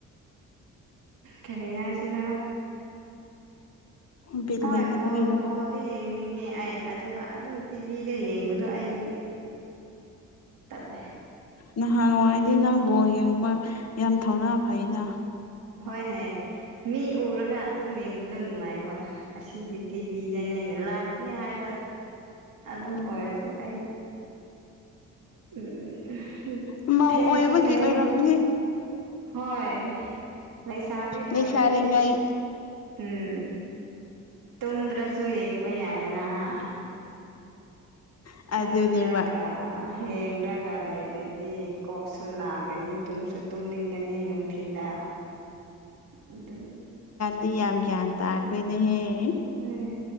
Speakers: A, on the right; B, on the left.
A: ꯀꯔꯤ ꯍꯥꯏꯁꯤꯔꯥ
B: ꯎꯝ ꯕꯤꯠ
A: ꯍꯣꯏ
B: ꯂꯩꯇꯕꯒꯤꯔꯣ
A: ꯕꯣꯜ ꯕꯣꯜ꯫ ꯌꯦꯡꯗꯤ ꯌꯦꯡꯅꯤꯡꯉꯦ ꯑꯩ ꯑꯗꯨꯒ ꯑꯗꯨꯝ ꯇꯤꯚꯤꯗ ꯌꯦꯡꯕꯗꯣ ꯑꯩꯗꯤ ꯇꯜꯂꯦ꯫
B: ꯅꯍꯥꯟꯋꯥꯏꯗꯤ ꯅꯪ ꯕꯣꯜ ꯌꯦꯡꯕ ꯌꯥꯝ ꯊꯧꯅꯥ ꯐꯩꯩꯅ꯫
A: ꯍꯣꯏꯅꯦ ꯃꯤ ꯎꯔꯒ ꯑꯗꯨꯝ ꯌꯦꯡꯕꯗꯣ ꯅꯨꯡꯉꯥꯏꯕ ꯑꯁꯤꯗꯤ ꯇꯤꯕꯤꯗꯅꯦꯅ ꯂꯥꯏꯐꯅꯦ ꯍꯥꯏꯕ ꯑꯗꯨ
B: ꯎꯝ
A: ꯑꯣꯏꯔꯁꯨ ꯑꯩ ꯎꯝ
B: ꯃꯧ
A: ꯊꯦꯡꯁꯨ
B: ꯑꯣꯏꯕꯒꯤ
A: ꯊꯦꯡꯉꯦ꯫
B: ꯑꯣꯏꯔꯝꯅꯤ
A: ꯍꯣꯏ ꯂꯩꯁꯥꯕꯤ
B: ꯂꯩꯁꯥꯔꯤꯉꯩ
A: ꯑꯣꯏꯔꯗꯤ ꯎꯝ ꯇꯨꯝꯗ꯭ꯔꯁꯨ ꯌꯦꯡꯕ ꯌꯥꯏꯌꯦꯅ ꯍꯥ꯫
B: ꯑ
A: ꯇꯨꯝꯗ꯭ꯔꯒ
B: ꯑꯗꯨꯅꯦꯕ
A: ꯍꯦꯜꯂꯒ ꯂꯩꯔꯗꯤ ꯀꯣꯛꯁꯨ ꯅꯥꯒꯅꯤ ꯇꯨꯝꯁꯨ ꯇꯨꯝꯅꯤꯡꯒꯅꯤ ꯅꯨꯡꯊꯤꯟꯗ ꯑꯗꯨꯟ
B: ꯗꯤ ꯌꯥꯝ ꯒ꯭ꯌꯥꯟ ꯇꯥꯈ꯭ꯔꯦꯅꯦꯍꯦ꯫
A: ꯎꯝ